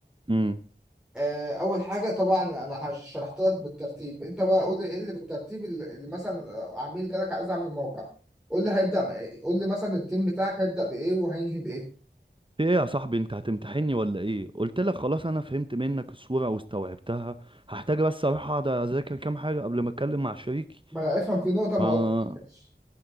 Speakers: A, on the right; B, in the centre.
A: امم
B: آه، أول حاجة طبعا أنا هش- شرحت لك بالترتيب أنت بقى قول لي إيه اللي بالترتيب اللي اللي مثلا عميل جالك عايز أعمل موقع قول لي هيبدأ بإيه قول لي مثلا التيم بتاعك هيبدأ بإيه وهينهي بإيه
A: في ايه يا صاحبي انت هتمتحني ولا ايه قلت لك خلاص انا فهمت منك الصورة واستوعبتها هحتاج بس اروح اقعد اذاكر كام حاجة قبل ما اتكلم مع شريكي
B: ما أنا أفهم في نقطة ما
A: ما
B: قلتهاش